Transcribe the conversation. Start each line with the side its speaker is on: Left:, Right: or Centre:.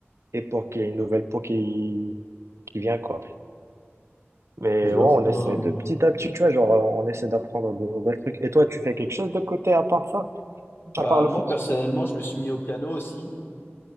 Right: et pour qu'il y ait une nouvelle peau qui, qui vient, quoi. Mais
Left: Je
Right: ouais, on
Left: vois.
Right: essaie de petit à petit, tu vois, genre, on essaie d'apprendre de nouvelles trucs. Et toi, tu fais quelque chose de côté à part ça, à
Left: Bah
Right: part le
Left: moi,
Right: foot?
Left: personnellement, je me suis mis au piano aussi.